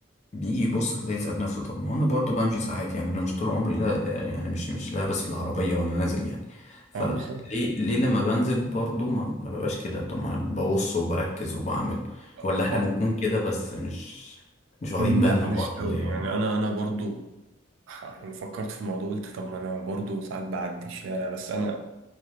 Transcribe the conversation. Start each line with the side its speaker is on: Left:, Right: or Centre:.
Left: بيجي يبص كده يسأل نفسه طب ما هو انا برضه بمشي ساعات يعني انا مش طول عمري لا آه، يعني مش مش لابس العربية وانا نازل يعني فليه
Right: عنصر
Left: ليه لما بنزل برضه ما, ما ببقاش كده طب ما انا ببص وبركز وبعمل
Right: اه
Left: ولا احنا بنكون كده بس مش مش واخدين
Right: م،
Left: بالنا
Right: لا مش
Left: برضه
Right: قوي
Left: زيهم
Right: يعني انا انا برضو ح- يعني فكرت في الموضوع قلت طب ما انا برضو ساعات بعدي الشارع بس انا